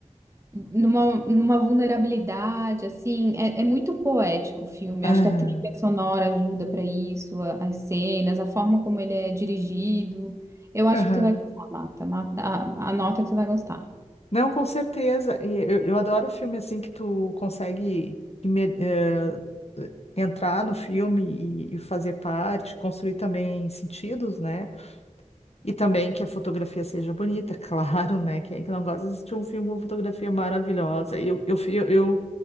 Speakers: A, on the right (about 20°); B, on the left (about 55°).
A: numa, numa vulnerabilidade, assim, é, é muito poético o filme.
B: aham,
A: Acho que a trilha sonora ajuda pra isso, a- as cenas, a forma como ele é dirigido. Eu acho
B: aham.
A: que tu vai gostar, Marta. Marta, a, a nota que tu vai gostar.
B: Não, com certeza. E eu, eu adoro filme assim que tu consegue imer- eh, entrar no filme e, e fazer parte, construir também sentidos, né? E também que a fotografia seja bonita, <laughs> claro, né? Quem é que não gosta de assistir um filme com fotografia maravilhosa? Eu, eu, fi- eu, eu,